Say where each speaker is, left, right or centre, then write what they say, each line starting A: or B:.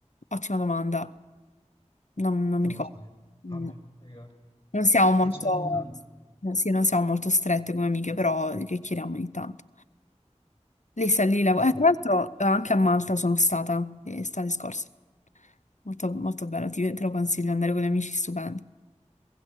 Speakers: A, on the left (about 75°); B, on the left (about 50°).
A: ottima domanda, non, non mi
B: Non
A: ricordo.
B: lo sai. Vabbè,
A: Mm,
B: mi ricordo.
A: Non siamo molto,
B: E ci sono tanto.
A: no, sì, non siamo molto strette come amiche, però che chiediamo ogni tanto. Lei sta lì, lav-
B: Eh sì.
A: eh, tra l'altro eh, anche a Malta sono stata eh, estate scorsa, molto, molto bello, ti- te lo consiglio, andare con gli amici, stupendo,